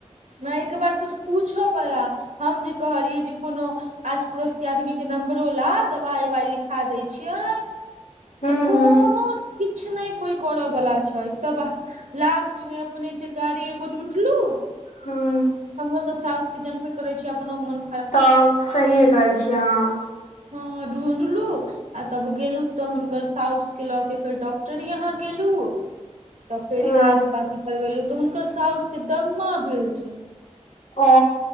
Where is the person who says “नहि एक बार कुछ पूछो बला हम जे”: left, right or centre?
Right